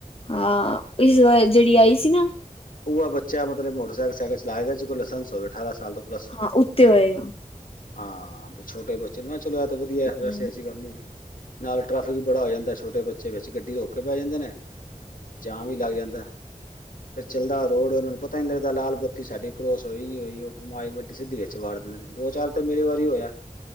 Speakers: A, on the left; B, on the left.
A: ਹਾਂ, ਇਸ ਵਾਰ ਜੇੜੀ ਆਈ ਸੀ ਨਾ।
B: ਓਵਾ ਬੱਚਾ ਮਤਲਬ ਮੋਟਰਸਾਈਕਲ, ਸਾਈਕਲ ਚਲਾਏਗਾ, ਜਿਦੇ ਕੋਲ ਲਸੰਸ ਹੋਵੇ ਅਠਾਰਾਂ ਸਾਲ ਤੋਂ ਪਲੱਸ ਹੋਵੇ।
A: ਹਾਂ ਉੱਤੇ ਹੋਏਗਾ।
B: ਹਾਂ ਵੀ ਛੋਟੇ ਬੱਚੇ ਨੇ, ਮੈਂ ਚਲੋ ਐ ਤਾਂ ਵਧੀਆ ਵੈਸੇ
A: ਹਮ
B: ਐਸੀ ਗੱਲ ਨੀ ਐ। ਨਾਲ ਟ੍ਰੈਫਿਕ ਬੜਾ ਹੋ ਜਾਂਦਾ, ਛੋਟੇ ਬੱਚੇ ਵਿੱਚ ਗੱਡੀ ਰੋਕ ਕੇ ਬਹਿ ਜਾਂਦੇ ਨੇ। ਜਾਮ ਵੀ ਲੱਗ ਜਾਂਦਾ। ਫੇਰ ਚੱਲਦਾ ਰੋਡ ਓਨਾਂ ਨੂੰ ਪਤਾ ਨੀ ਲੱਗਦਾ ਲਾਲ ਬੱਤੀ ਸਾਡੀ ਕਰੋਸ ਹੋਈ ਨੀ ਹੋਈ, ਉਹ <unintelligible> ਗੱਡੀ ਸਿੱਧੀ ਵਿੱਚ ਵਾੜ ਦਿੰਦੇ ਨੇ, ਦੋ-ਚਾਰ ਤੇ ਮੇਰੀ ਵਾਰੀ ਹੋਇਆ,